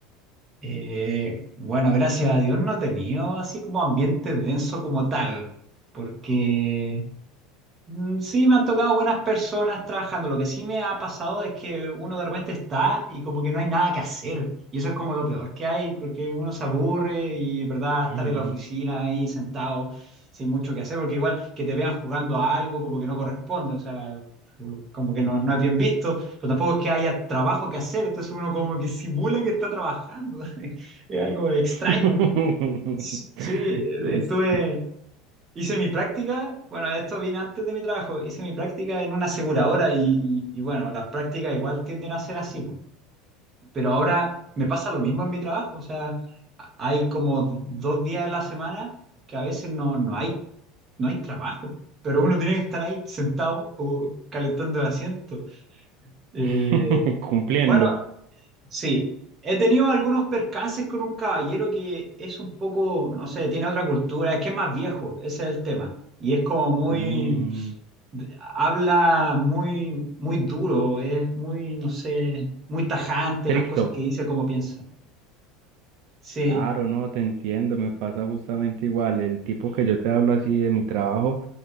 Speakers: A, on the right (about 20°); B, on the right (about 55°).
A: Eh, bueno, gracias a Dios no he tenido así como ambiente denso como tal, porque Mm, Sí, me han tocado buenas personas trabajando. Lo que sí me ha pasado es que uno de repente está y como que no hay nada que hacer. Y eso es como lo peor que hay, porque uno se aburre y, ¿verdad?,
B: <laughs>
A: estar en la oficina ahí sentado sin mucho que hacer, porque igual que te vean jugando a algo como que no corresponde, o sea, mm, como que no, no
B: Sí.
A: es bien visto, pero tampoco es que haya trabajo que hacer, entonces uno como que simula que está trabajando. <laughs> Es algo extraño.
B: <laughs>
A: Sí,
B: Es-
A: estuve... Hice mi práctica, bueno, esto viene antes de mi trabajo, hice mi práctica en una aseguradora y, y- y bueno, las prácticas igual tienden a ser así, po. pero ahora me pasa lo mismo en mi trabajo, o sea, a- hay como dos días en la semana que a veces no, no hay, no hay trabajo, pero uno tiene que estar ahí sentado o calentando el asiento. Eh,
B: <laughs> Cumpliendo.
A: bueno, sí, he tenido algunos percances con un caballero que es un poco, no sé, tiene otra cultura, es que es más viejo, ese es el tema. Y es como muy,
B: Mm,
A: de- habla muy, muy duro, es muy, no sé, muy tajante
B: estricto.
A: las cosas que dice, como piensa. Sí.
B: Claro, no, te entiendo, me pasa justamente igual. El tipo que yo te hablo así de mi trabajo